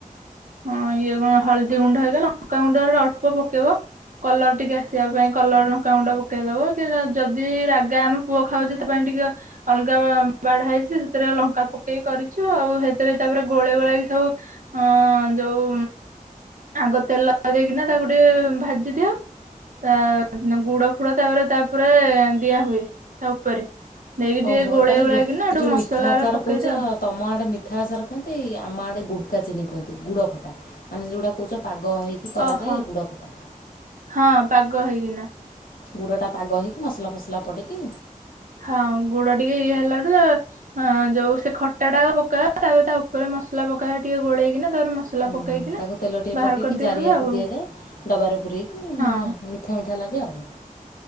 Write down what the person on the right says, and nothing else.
ହଁ ଇଏ ହଳଦୀ ଗୁଣ୍ଡ ହେଇଗ ଲଙ୍କାଗୁଣ୍ଡ ଅଳ୍ପ ପକେଇବ କଲର ଟିକେ ଆସିବା ପାଇଁ କଲର ଲଙ୍କାଗୁଣ୍ଡ ପକେଇଦବ କି ଯଦି ରାଗା ଆମେ ପୁଅ ଖାଉଚି ସେଥିପାଇଁ ଟିକେ ଅଲଗା ବା-ବାଢା ହେଇଚି। ସେଥିରେ ଲଙ୍କା ପକେଇକି କରିଚୁ। ଆଉ ହେଇଥିରେ ତାପରେ ଗୋଳେଇ ଗୁଳାକି ସବୁ ଅ ଯୋଉ ଆଗ ତେଲ ଦେଇକିନା ତାକୁ ଟିକେ ଭାଜି ଦିଅ। ତା ଗୁଡ ଫୁଡ ତାପରେ ତାପରେ ଦିଆ ହୁଏ ତା ଉପରେ। ଦେଇକି
ଟିକେ ଗୋଳେଇ
ଗୋଳାକିନା
ଏଠୁ
ମସଲା
ଗୁରା
ପକେଇଦିଅ
ଓହୋ
ହଁ ପାଗ ହେଇକିନା।
ହଁ ଗୁଡ ଟିକେ ଇଏ ହେଲାଡୁ ତା ହଁ ଯୋଉ ସେ ଖଟା ଟା ଆଗ ପକାଯାଏ ତାପରେ ତା ଉପରେ ମସଲା ପାକଏ ଟିକେ ଗୋଳେଇକିନା ତାପରେ ମସଲା
ପକେଇକିନା
ବାହାର
କରିଦିଆ
ହୁଏ ଆଉ
ହଁ